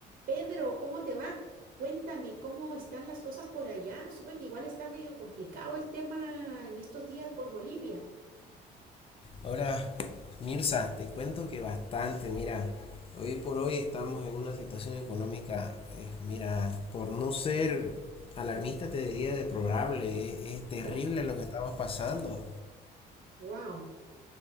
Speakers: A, on the right (about 60°); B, on the left (about 35°).
A: Pedro, ¿cómo te va? Cuéntame, ¿cómo están las cosas por allá? Supe que igual está medio complicado el tema en estos días por Bolivia.
B: Ahora, Mirza, te cuento que bastante, mira, hoy por hoy estamos en una situación económica, eh, mira, por no ser alarmista te diría deplorable, es, es terrible
A: Oh,
B: lo que estamos pasando.
A: wow.